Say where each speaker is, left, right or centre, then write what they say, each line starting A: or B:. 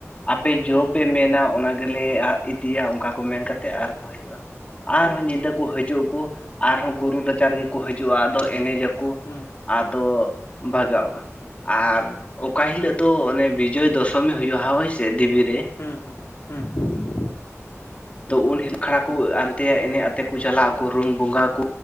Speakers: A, on the left; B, on the left.
A: ᱟᱯᱮ ᱡᱚᱯᱮ
B: ᱦᱮᱸ ᱦᱮᱸ
A: ᱢᱮᱱᱟ ᱚᱱᱟ ᱜᱮᱞᱮ ᱟ ᱤᱫᱤᱭᱟ ᱚᱱᱠᱟ ᱠᱚ ᱢᱮᱱᱠᱟᱛᱮᱫ ᱟᱨᱠᱚ ᱦᱤᱡᱩᱜᱼᱟ ᱟᱨᱦᱚᱸ ᱧᱤᱫᱟᱹ ᱠᱚ ᱦᱤᱡᱩᱜ ᱟᱠᱚ ᱟᱨᱦᱚᱸ ᱜᱩᱨᱩ ᱨᱟᱪᱟ ᱨᱮᱜᱮ ᱠᱚ ᱦᱤᱡᱩᱜᱼᱟ ᱟᱫᱚ ᱮᱱᱮᱡᱟᱠᱚ
B: ᱦᱮᱸ
A: ᱟᱫᱚ ᱵᱷᱟᱜᱟᱣᱟ ᱟᱨ ᱚᱠᱟ ᱦᱤᱞᱳᱜ ᱫᱚ ᱚᱱᱮ ᱵᱤᱡᱚᱭ ᱫᱚᱥᱚᱢᱤ ᱦᱩᱭᱩᱜᱼᱟ ᱦᱚᱳᱭᱥᱮ ᱫᱮᱵᱤᱮ ᱨᱮ
B: ᱦᱮᱸ ᱦᱮᱸ ᱦᱮᱸ
A: ᱛᱚ ᱩᱱ ᱦᱤᱞᱳ ᱠᱷᱲᱟ ᱠᱚ ᱦᱱᱛᱮ ᱮᱱᱮᱡ ᱟᱛᱮ ᱠᱚ ᱪᱟᱞᱟᱜ ᱟᱠᱚ ᱨᱩᱢ ᱵᱚᱸᱜᱟ ᱠᱚ